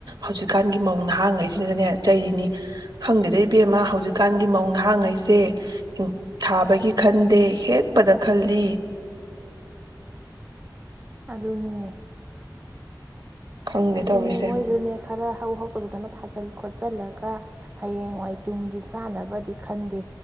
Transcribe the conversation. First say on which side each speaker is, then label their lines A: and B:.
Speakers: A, on the right (about 70°); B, on the right (about 20°).
A: ꯍꯧꯖꯤꯛꯀꯥꯟꯒꯤ ꯃꯧ ꯅꯍꯥꯡꯉꯩꯁꯤꯗꯅꯦ ꯆꯩꯔꯤꯅꯤ ꯈꯪꯗꯦꯗ ꯏꯕꯦꯝꯃ ꯍꯧꯖꯤꯛꯀꯥꯟꯒꯤ ꯃꯧ ꯅꯍꯥꯡꯉꯩꯁꯦ ꯊꯥꯕꯒꯤ ꯈꯟꯗꯦ ꯍꯦꯛꯄꯗ ꯈꯜꯂꯤ꯫
B: ꯑꯗꯨꯅꯤꯅꯦ꯫
A: ꯈꯪꯗꯦ
B: ꯑꯗꯨꯅꯦ
A: ꯇꯧꯔꯤꯁꯦ
B: ꯃꯣꯏꯁꯨꯅꯦ ꯈꯔ ꯍꯧ ꯇꯧꯗꯅ ꯊꯥꯖꯜ ꯈꯣꯠꯆꯜꯂꯒ ꯍꯌꯦꯡꯋꯥꯏ ꯇꯨꯡꯒꯤ ꯆꯥꯅꯕꯗꯤ ꯈꯟꯗꯦ